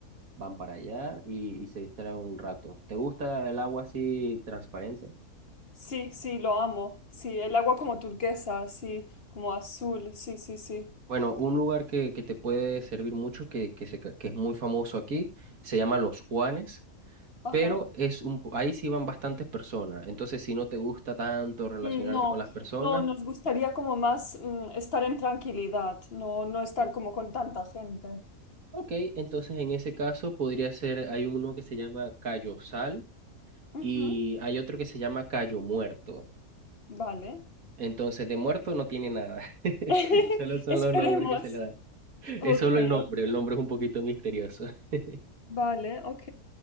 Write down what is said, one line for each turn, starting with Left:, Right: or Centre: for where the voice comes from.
Right: van para allá y, y se distraen un rato. ¿Te gusta el agua así transparente?
Left: Sí, sí, lo amo. Sí, el agua como turquesa, sí, como azul, sí, sí, sí.
Right: Bueno, un lugar que, que te puede servir mucho, que, que, se ca- que es muy famoso aquí, se llama Los Juanes,
Left: Ajá.
Right: pero es un, po- ahí sí van bastantes personas. Entonces, si no te gusta tanto relacionarte
Left: Mm, No,
Right: con las personas,
Left: no, nos gustaría como más mm, estar en tranquilidad, no, no estar como con tanta gente.
Right: ok, entonces en ese caso podría ser, hay uno que se llama Cayo Sal
Left: Ujú,
Right: y hay otro que se llama Cayo Muerto.
Left: Vale.
Right: Entonces, de muerto no tiene nada. <laughs>
Left: <laughs>
Right: Solo son
Left: Esperemos.
Right: los nombres que se le dan. Es
Left: Ok,
Right: solo el nombre,
Left: ok.
Right: el nombre es un poquito misterioso. <laughs>
Left: Vale, ok.